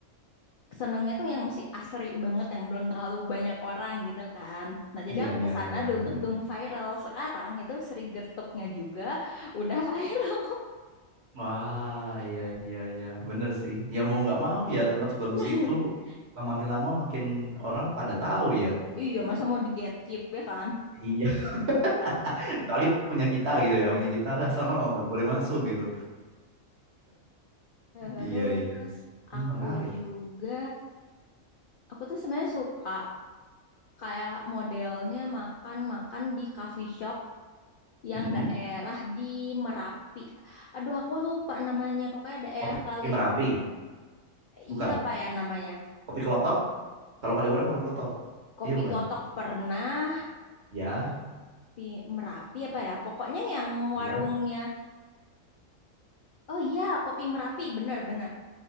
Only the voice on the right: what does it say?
Iya,
iya,
iya, bener-bener.
Wah, iya, iya, iya, bener sih. Ya mau nggak mau ya tempat sebagus
itu makin lama makin orang pada tahu ya.
Iya, <laughs> kecuali punya kita gitu ya, punya kita lah sono nggak boleh masuk gitu.
Iya, iya. Hmm,
menarik.
Mm-mm.
Kopi
Merapi, bukan?
Kopi kelotok? Kalau kali orang kopi kelotok.
Iya bukan?
Ya,
iya,